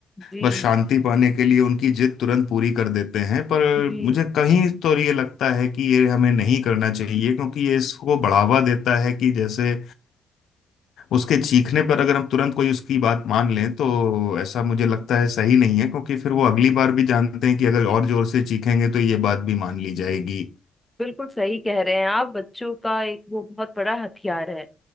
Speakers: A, in the centre; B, on the left.
A: जी
B: बस शांति पाने के लिए उनकी जिद तुरंत पूरी कर देते हैं पर
A: जी
B: मुझे कहीं तो ये लगता है कि ये हमें नहीं करना चाहिए क्योंकि ये इसको बढ़ावा देता है कि जैसे उसके चीखने पर अगर हम तुरंत कोई उसकी बात मान लें तो ऐसा मुझे लगता है सही नहीं है क्योंकि फिर वो अगली बार भी जानते हैं कि अगर और जोर से चीखेंगे तो ये बात भी मान ली जाएगी
A: बिल्कुल सही कह रहे हैं आप बच्चों का एक वो बहुत बड़ा हथियार है